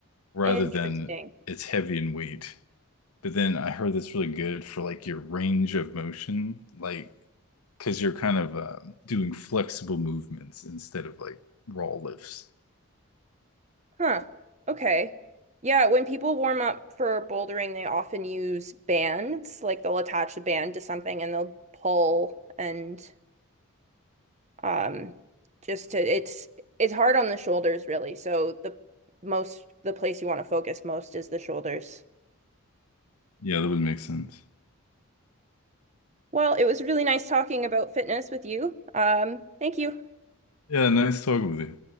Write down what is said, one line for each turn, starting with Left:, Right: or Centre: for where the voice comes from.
Left: rather
Right: Interesting.
Left: than it's heavy in weight. But then I heard that's really good for like your range of motion, like because you're kind of um, doing flexible movements instead of like raw lifts.
Right: Huh. Okay. Yeah, when people warm up for bouldering, they often use bands. Like they'll attach the band to something and they'll pull and um just to it's it's hard on the shoulders really. So the most the place you want to focus most is the shoulders.
Left: Yeah, that would make sense.
Right: Well, it was really nice talking about fitness with you. Um, thank you.
Left: Yeah, nice talking with you.